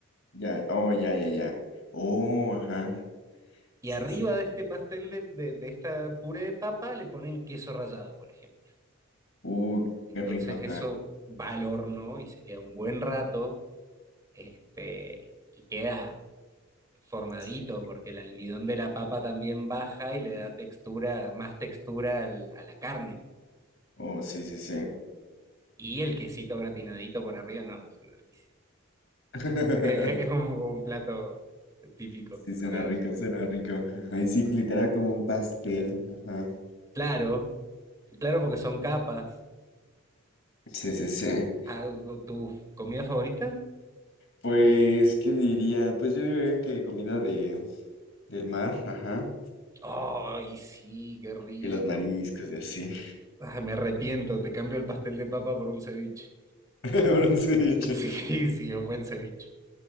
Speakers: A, on the left; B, on the right.
A: Ya, oh, ya, ya, ya. Oh, ajá.
B: Y
A: Sí,
B: arriba
A: sí.
B: de este pastel de, de, de esta puré de papa le ponen queso rallado, por ejemplo.
A: Uh,
B: Entonces
A: qué rico, ajá.
B: eso va al horno y se queda un buen rato, este, y queda formadito
A: Sí.
B: porque el almidón de la papa también baja y le da textura, más textura al- a la carne.
A: Oh, sí, sí, sí.
B: Y el quesito gratinadito por arriba, no, es, una delicia.
A: <laughs>
B: Eh, eh, es un, un plato típico
A: Sí, suena
B: de
A: rico,
B: eso.
A: suena rico. Ahí sí, literal como un pastel. Ajá.
B: Claro, claro porque son capas.
A: Sí, sí, sí.
B: Ah, ¿Tu comida favorita?
A: Pues, ¿qué diría? Pues yo diría que comida de, del mar, ajá.
B: Ay, sí, qué rico.
A: Y los mariscos y así.
B: Ay, me arrepiento, te cambio el pastel de papa por un ceviche.
A: <laughs> Un ceviche.
B: <laughs> Sí, sí, un buen ceviche.